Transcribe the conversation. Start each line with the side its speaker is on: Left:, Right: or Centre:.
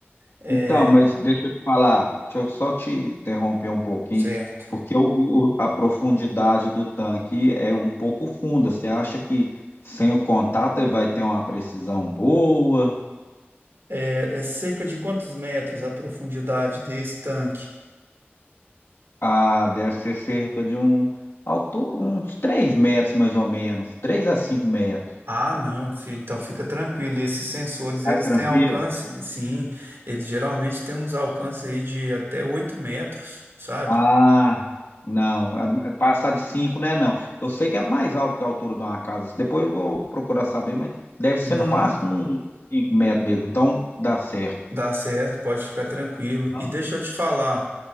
Right: É,
Left: Então, mas deixa eu te falar, deixa eu só te interromper um pouquinho,
Right: certo.
Left: porque o, o- a profundidade do tanque é um pouco funda. Você acha que sem o contato ele vai ter uma precisão boa?
Right: É, é cerca de quantos metros a profundidade desse tanque?
Left: Ah, deve ser cerca de um, altura, uns 3 metros mais ou menos, 3 a 5 metros.
Right: Ah, não, fi- então fica tranquilo. Esses sensores,
Left: Vai
Right: eles
Left: tranquilo?
Right: têm alcance, sim, eles geralmente têm uns alcances aí de até 8 metros, sabe?
Left: Ah, não. é- é Passar de 5, né? Não. Eu sei que é mais alto que a altura de uma casa. Depois eu vou procurar saber, mas deve
Right: Não,
Left: ser no máximo uns 5 metros mesmo. Então dá certo.
Right: dá certo, pode ficar tranquilo.
Left: Aham.
Right: E deixa eu te falar,